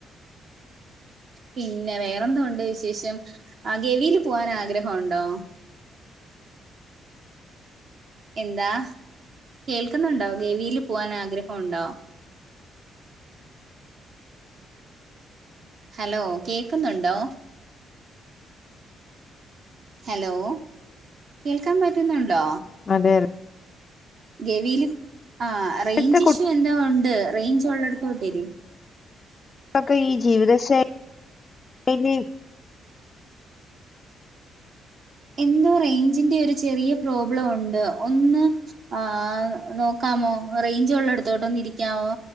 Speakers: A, on the right (about 55°); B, on the left (about 35°).
A: പിന്നെ വേറെന്തൊണ്ട് വിശേഷം ആ ഗവിൽ പോവാൻ ആഗ്രഹണ്ടോ എന്താ കേൾക്കുന്നുണ്ടോ ഗേവിൽ പോവാൻ ആഗ്രഹണ്ടോ ഹലോ കേക്കുന്നുണ്ടോ ഹലോ കേൾക്കാൻ പറ്റുന്നുണ്ടോ
B: അതെ തെ
A: ഗെവില് ആ റേയ്
B: ഇപ്പോഴത്തെ
A: ഞ്ച് ഇഷ്യൂ എന്തോ ഉണ്ട് റേഞ്ച് ഉള്ളടത്തോട്ടിരി വിട്ടേക്ക്
B: ക്കെ ഈ ജീവിത ശൈ ലി <unintelligible>
A: എന്തോ റേയ് ഞ്ചി ന്റെ ഒരു ചെറിയ പ്രോബ്ലം ഉണ്ട് ഒന്ന് ആഹ് നോക്കാമോ റൈഞ്ച് ഉള്ളിടത്തോട്ട് ഇരിക്കാമോ